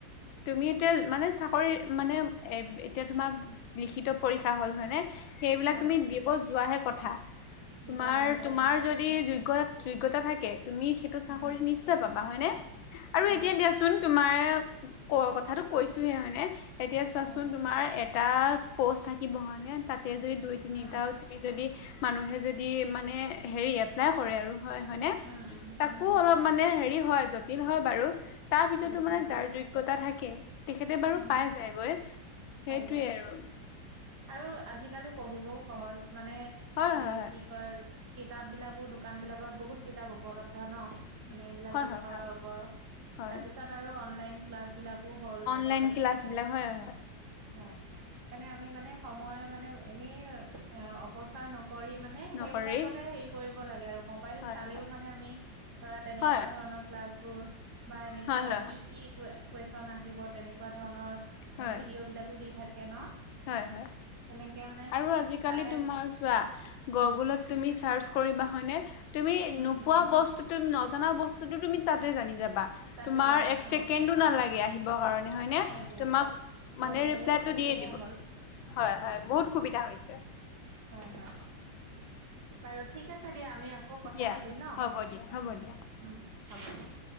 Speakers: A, on the left (about 85°); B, on the right (about 60°).
A: তুমি এতিয়া মানে চাকৰি মানে এ এতিয়া তোমাৰ লিখিত পৰীক্ষা হল হয়নে? সেইবিলাক
B: হয়
A: তুমি দিব যোৱাহে কথা,
B: দিব
A: তোমাৰ
B: যোৱাহে
A: তোমাৰ
B: কথা
A: যদি যোগ্যত যোগ্যতা থাকে তুমি সেইটো চাকৰিত
B: উম।
A: নিশ্চয় পাবা হয়নে? আৰু
B: হয়
A: এতিয়া দিয়াচোন তোমাৰ ক কথাটো কৈছোহে হয়নেে এতিয়া চোৱাচোন
B: হয়
A: তোমাৰ এটা প'ষ্ট থাকিব হয়নে তাতে যদি দুই তিনিটাও
B: উম
A: তুমি যদি মানুহে যদি মানে হেৰি এপ্লাই কৰে আৰু হয় হয়নে!
B: উম উম
A: তাকো
B: উম
A: অলপ মানে হেৰি হয় জটিল হয় বাৰু। তাৰ ভিতৰতো
B: জটিল
A: মানে
B: হয়
A: যাৰ যোগ্যতা থাকে তেখেতে বাৰু
B: উম
A: পাই যায়গৈ, সেইটোৱে
B: পাই যায়
A: আৰু।
B: আৰু আজিকালি পঢ়িবও সহজ মানে
A: হয়
B: এ
A: হয়
B: কি কয় কিতাপ বিলাকো দোকান বিলাকত বহুত কিতাপ উপলব্ধ ন মানে এইবিলাক
A: হয়
B: বিষয়ৰ
A: হয় হয় হয়
B: ওপৰত
A: হয়
B: তাৰপিছত আৰু অনলাইন ক্লাছ বিলাকো হ'ল আজি
A: অনলন ক্লাছ বিলাক হয় হয়
B: হয় সেইকাৰণে আমি মানে সময় মানে এনেই অপচয় নক কৰি মানে
A: নকৰি
B: সেইবিলাকতে হেৰি কৰিব লাগে আৰু মবাইল
A: হয়
B: চালেও
A: হয়
B: মানে আমি ধৰা তেনেকুৱা
A: হয়
B: ধৰণৰ ক্লাছবোৰ বা এনেকুৱা
A: হয় হয়
B: কি কি ক কুৱেশচন আহিব তেনেকুৱা ধৰণৰ
A: হয়
B: ভিডিঅ'
A: হয়
B: বিলাকো দি থাকে ন
A: হয় হয়
B: তেনেকে মানে
A: আৰুজালি
B: চাই
A: ত গগ
B: উম
A: তুমি চাৰ্চ কৰিব হয় তুমি
B: উম
A: নোপোৱা বস্তু তুমি নজনা বস্তুতটো তুমি তাতে জানি যাবা
B: তাতে
A: তোমাৰ
B: জানিবা
A: এক ছেকেণ্ডো
B: অ
A: নালাগে আহিবৰ কাৰণে মানে হয়নে
B: হয় দিয়া
A: তোমাক
B: হয়
A: মানে
B: দিয়া
A: ৰিপ্লাইটো
B: বহুত সুবিধা
A: দিয়ে দিব
B: হ'ল
A: হয় হয় বহুত সুবিধা হৈছে
B: হয় হয় বাৰু ঠিক আছে দিয়া আমি আকৌ কথা
A: দিয়া
B: পাতিম ন
A: হ'ব দিয়া হ'ব দিয়া।
B: উম হ'ব